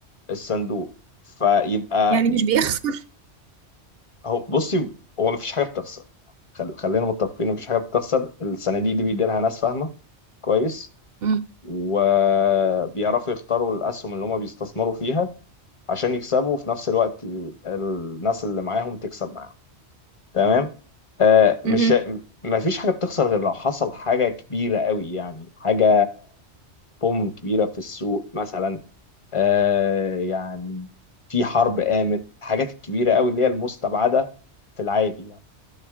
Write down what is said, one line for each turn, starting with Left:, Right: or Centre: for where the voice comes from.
Left: الصندوق فيبقى
Right: يعني مش
Left: ي-
Right: بيخسر
Left: هو بصي هو مفيش حاجه بتخسر خل- خلينا متفقين مفيش حاجه بتخسر الصناديق دي بيديرها ناس فاهمه كويس
Right: مم.
Left: وبيعرفوا يختاروا الاسهم اللي هم بيستثمروا فيها عشان يكسبوا وفي نفس الوقت ال- الناس اللي معاهم تكسب معاهم تمام آه مش
Right: مهم.
Left: ما فيش حاجة بتخسر غير لو حصل حاجة كبيرة قوي يعني حاجة بوم كبيرة في السوق مثلا آه يعني في حرب قامت الحاجات الكبيرة قوي اللي هي المستبعدة في العادي يعني